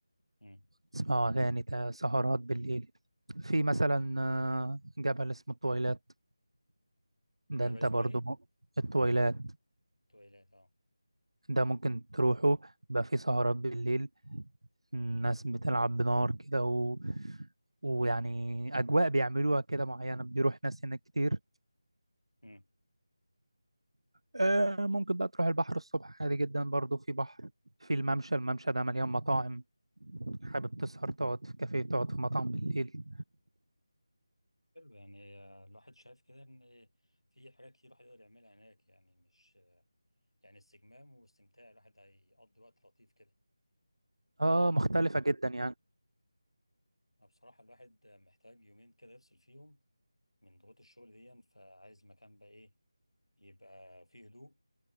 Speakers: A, on the left; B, on the right.
A: مم.
B: تسمعوا أغاني تا- سهرات بالليل في مثلا آه، جبل اسمه الطويلات ده
A: الجبل
B: انت
A: اسمه
B: برضو
A: ايه؟
B: م- الطويلات
A: تويلات اه
B: ده ممكن تروحوا بقى في سهرات بالليل الناس بتلعب بنار كده و... ويعني أجواء بيعملوها كده معينة بيروح ناس هناك كتير
A: مم.
B: آه ممكن بقى تروح البحر الصبح عادي جدا برضو في بحر في الممشى الممشى ده مليان مطاعم حابب تسهر تقعد في كافيه تقعد في مطعم بالليل
A: حلو يعني آه، الواحد شايف كده ان في حاجات كتير الواحد يقدر يعملها هناك يعني مش يعني استجمام واستمتاع الواحد هيقضي وقت لطيف كده
B: اه مختلفة جدا يعني
A: أنا بصراحة الواحد محتاج يومين كده يفصل فيهم من ضغوط الشغل دي فعايز مكان بقى ايه يبقى فيه هدوء